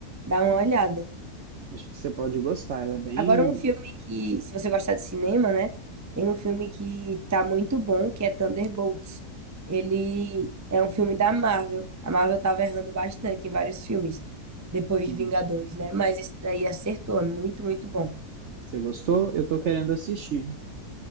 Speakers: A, on the right; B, on the right.
A: dar uma olhada.
B: Acho que você pode gostar. Ela é bem,
A: Agora, um filme que, se você gostar de cinema, né? Tem um filme que tá muito bom, que é Thunderbolts. Ele é um filme da Marvel. A Marvel tava errando bastante em vários filmes, depois
B: sim.
A: de Vingadores, né? Mas esse daí acertou, é muito, muito bom.
B: Você gostou? Eu tô querendo assistir.